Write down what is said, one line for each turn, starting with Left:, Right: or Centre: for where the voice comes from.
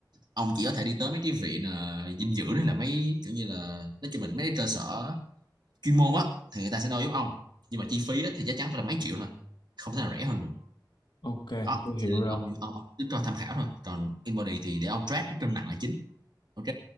Right: ông chỉ có thể đi tới mấy cái viện ờ, dinh dưỡng hay là mấy kiểu như là nói chung là mấy cái cơ sở chuyên môn á thì người ta sẽ đo giúp ông nhưng mà chi phí á, thì chắc chắn phải là mấy triệu thôi không thể nào rẻ hơn được
Left: ok,
Right: đó
Left: tôi hiểu
Right: cho nên
Left: rồi.
Right: ông ông, ông cứ cho tham khảo thôi còn InBody thì để ông track cái cân nặng là chính ok